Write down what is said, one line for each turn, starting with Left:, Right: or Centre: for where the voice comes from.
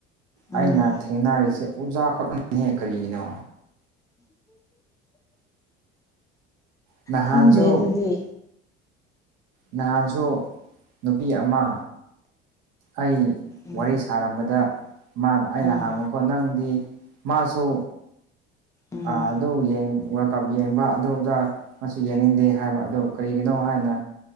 Left: ꯎꯝ
Right: ꯑꯩꯅ ꯊꯦꯡꯅꯔꯤꯁꯤ꯫ ꯑꯣꯖꯥꯈꯛꯅꯅꯤꯍ ꯀꯔꯤꯒꯤꯅꯣ ꯅꯍꯥꯟꯁꯨ
Left: ꯈꯪꯗꯦ ꯑꯗꯨꯗꯤ
Right: ꯅꯍꯥꯟꯁꯨ ꯅꯨꯄꯤ ꯑꯃ ꯑꯩ
Left: ꯎꯝ
Right: ꯋꯥꯔꯤ ꯁ ꯊꯔꯝꯕꯗ ꯃꯥꯅ ꯑꯩꯅ
Left: ꯎꯝ
Right: ꯍꯥꯡꯕꯀꯣ ꯅꯪꯗꯤ ꯃꯥꯁꯨ
Left: ꯎꯝ
Right: ꯑ ꯑꯗꯨ ꯌꯦꯡ ꯀꯩꯒꯨꯝ ꯑꯗꯨꯗ ꯃꯁꯨ ꯌꯦꯡꯅꯤꯡꯗꯦ ꯍꯥꯏꯕ ꯑꯗꯨ ꯀꯔꯤꯒꯤꯅꯣ ꯍꯥꯏꯅ